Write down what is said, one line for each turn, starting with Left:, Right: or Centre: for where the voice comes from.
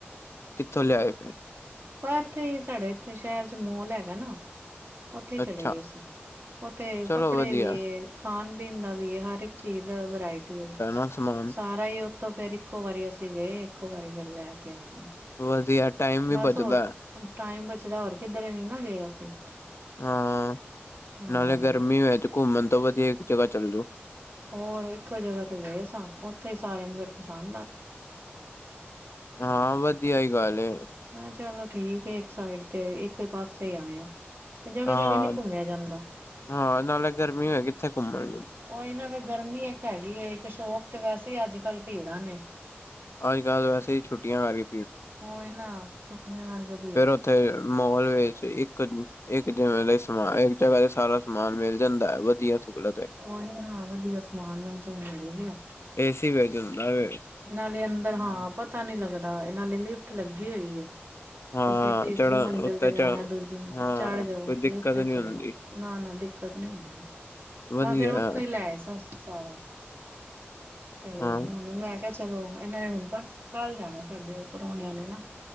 Left: ਕਿੱਥੋਂ ਲਿਆਏ? ਫਿਰ
Right: ਹਾ ਇੱਥੇ ਹੀ ਸਾਡੇ ਇੱਥੇ ਸ਼ਹਿਰ ਚ' ਮੋਲ ਹੈਗਾ ਨਾ। ਉੱਥੇ ਹੀ ਚਲੇ
Left: ਅੱਛਾ
Right: ਗਏ ਸੀਂ। ਉਥੇ
Left: ਚਲੋ
Right: ਕੱਪੜੇ
Left: ਵਧੀਆ
Right: ਵੀ ਏ, ਖਾਣ -ਪੀਣ ਦਾ ਵੀ ਹੈ। ਹਰ ਇੱਕ ਚੀਜ਼ ਦਾ ਵਰਾਇਟੀ ਹੈ।
Left: ਆਸਮਾਨ।
Right: ਸਾਰਾ ਹੀ ਉਤੋਂ ਫੇਰ ਇੱਕੋ ਵਾਰੀ ਅਸੀਂ ਗਏ। ਇੱਕੋ ਵਾਰੀ ਫੇਰ ਲੈ ਕੇ ਆਉਣੇ।
Left: ਵਧੀਆ ਟਾਈਮ। ਵੀ
Right: ਬਸ,
Left: ਬਚਦਾ
Right: ਹੋਰ ਟਾਈਮ ਬਚਦਾ। ਹੋਰ ਕਿੱਧਰੇ ਨੀ ਨਾ ਗਏ ਅਸੀਂ।
Left: ਹਾਂ,
Right: ਤਾਂ
Left: ਨਾਲੇ
Right: ਕਰਕੇ
Left: ਗਰਮੀ ਹੋਏ ਤੇ ਘੁੰਮਣ ਤੋਂ ਵਧੀਆ ਇੱਕ ਜਗਾ ਚੱਲ ਜਾਓ।
Right: ਹੋਰ ਇੱਕੋ ਜਗਾ ਤੇ ਗਏ ਸਾਂ ਉੱਥੇ ਹੀ ਸਾਰਿਆਂ ਨੂੰ ਫੇਰ ਪਸੰਦ ਆ।
Left: ਹਾਂ, ਵਧੀਆ ਹੀ ਗੱਲ ਹੈ।
Right: ਮੈਂ ਕਿਹਾ ਚਲੋ ਠੀਕ ਏ ਇੱਕ ਸਾਈਡ ਤੇ ਇੱਕ ਪਾਸੇ ਆਏ ਆ। ਜਗ੍ਹਾ
Left: ਹਾਂ-ਹਾਂ
Right: ਜਗ੍ਹਾ ਨੀ ਘੁੰਮਿਆ ਜਾਂਦਾ
Left: ਨਾਲੇ ਗਰਮੀ ਹੋਏ ਕਿੱਥੇ ਘੁੰਮਣ ਵੀ।
Right: ਉਹੀ ਨਾ ਫੇਰ ਗਰਮੀ ਇੱਕ ਹੈਗੀ ਏ ਇੱਕ ਸ਼ੋਪ ਤੇ ਵੈਸੇ ਹੀ ਅੱਜ-ਕੱਲ ਭੀੜਾਂ ਨੇ।
Left: ਅੱਜ-ਕੱਲ ਵੈਸੇ ਹੀ ਛੱਟੀਆਂ ਆ ਰਹੀ।
Right: ਹੋਏ ਨਾ ਛੁਟੀਆਂ ਕਰ ਕੇ
Left: ਫੇਰ ਉਥੋਂ ਮਾਲ ਵਿਚ ਇੱਕ ਇੱਕ ਜਿਵੇਂ ਦਾ ਈ ਸਮਾਨ ਇੱਕ ਜਗਾ ਤੇ ਸਾਰਾ ਸਮਾਨ ਮਿਲ ਜਾਂਦਾ ਹੈ ਵਧੀਆ ਸੂਲਤ ਐ।
Right: ਉ ਓਹੀ ਨਾ ਵਧੀਆ ਸਮਾਨ ਮਿਲ ਜਾਂਦਾ ਐ।
Left: ਏ ਸੀ ਬੈਕੇ ਨਾਲੇ।
Right: ਨਾਲੇ ਅੰਦਰ ਹਾਂ ਪਤਾ ਨੀ ਲੱਗਦਾ ਇਹ ਨਾਲੇ ਲਿਫਟ ਲੱਗੀ ਹੋਈ ਹੈ।
Left: ਹਾਂ
Right: ਤੁਸੀਂ ਤੀਸਰੀ
Left: ਚੜਾ
Right: ਮੰਜ਼ਿਲ
Left: ਉੱਤੇ
Right: ਤੇ ਜਾਣਾ,
Left: ਚ
Right: ਦੂਜੀ
Left: ਹਾਂ
Right: ਚੜ੍ਹ
Left: ਕੋਈ
Right: ਜਾਓ
Left: ਦਿੱਕਤ
Right: ਲਿਫਟ
Left: ਨੀ
Right: ਚੱਲਣਾ।
Left: ਹੁੰਦੀ
Right: ਨਾ-ਨਾ ਦਿੱਕਤ ਨੀ ਹੁੰਦੀ।
Left: ਵਧੀਆ
Right: ਮੈਂ ਫੇਰ ਉਥੋਂ ਹੀ ਲੈ ਆਈ ਸਾ ਸਾਰਾ, ਤੇ
Left: ਹਾਂ
Right: ਹੁਣ ਮੈਂ। ਮੈਂ ਚਲੋ ਇਹਨਾਂ ਨੇ ਹੁਣ ਪਰ ਕੱਲ ਜਾਣਾ ਸਾਡੇ ਓਪਰ ਵਾਲੇਆ ਨੇ ਨਾ।